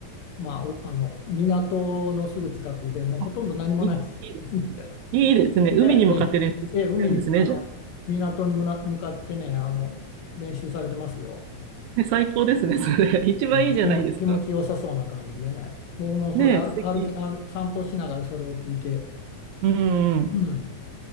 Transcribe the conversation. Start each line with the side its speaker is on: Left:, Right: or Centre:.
Left: まあ、おあの、港のすぐ近くで、もうほとんど何もないです。
Right: あ、いいいいですね。
Left: <laughs>
Right: いいですね。海に向かって練習してるんですね、
Left: で、で、で海に、あの、
Right: じゃあ。
Left: 港にむな向かってね、あの、練習されてますよ。
Right: ね、最高ですね、それ。<laughs> 一番いいじゃないですか。
Left: うん、気も、気持ちよさそうな感じでね。僕もそれ歩、
Right: ねえ、素敵。
Left: 歩き、あの、散歩しながらそれを聞いて、
Right: うんうん。
Left: うん、